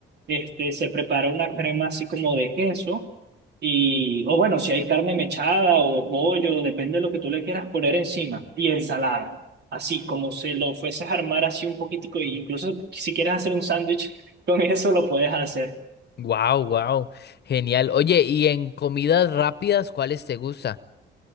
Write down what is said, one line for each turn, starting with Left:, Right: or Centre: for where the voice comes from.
Right: Este, se prepara una crema así como de queso, y, o bueno, si hay carne mechada o pollo, depende de lo que tú le quieras poner encima, y ensalada. Así como se lo fueses a armar así un poquitico, e incluso si quieres hacer un sándwich con eso, lo puedes hacer.
Left: Wow, wow, genial. Oye, ¿y en comidas rápidas cuáles te gusta?